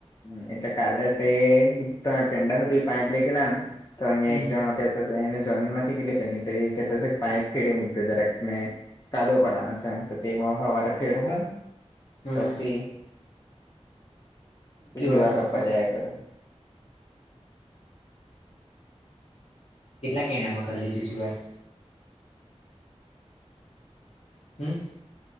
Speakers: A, on the left; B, on the left.
A: હ એટલે કાલે તે તમે કેંડા ખોજ પાપ લેગ લ ને તો અહીયા
B: હમ
A: એક જણ કે એને જમીન માંથી ગટલે કે એ કેતો કે પાઈપ ફેડડી મ જરાક મેં કાદો પડનો છે એમ તો તેમાં સવારે ફેડવું
B: હા,
A: પછી બીજી
B: જુવાર
A: વાર
B: કાપવાના
A: કપ્પા જયા કર
B: કેટલાક એણામાં કરી લેજેવાત હમ